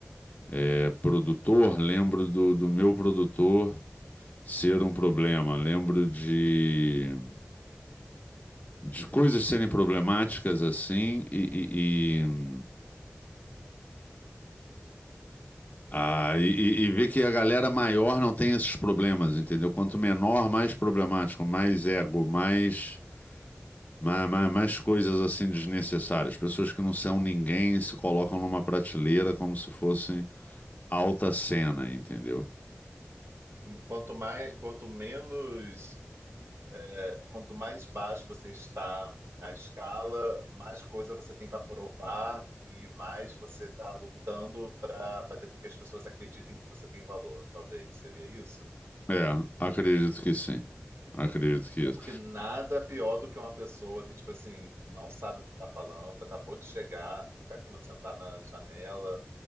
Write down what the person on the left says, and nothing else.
é, produtor, lembro do, do meu produtor ser um problema. Lembro de de coisas serem problemáticas assim e, e, e, ah, e- e e ver que a galera maior não tem esses problemas, entendeu? Quanto menor, mais problemático, mais ego, mais, mais, mais coisas assim desnecessárias. Pessoas que não são ninguém e se colocam numa prateleira como se fossem alta cena, entendeu?
É, acredito que sim. Acredito que
isso.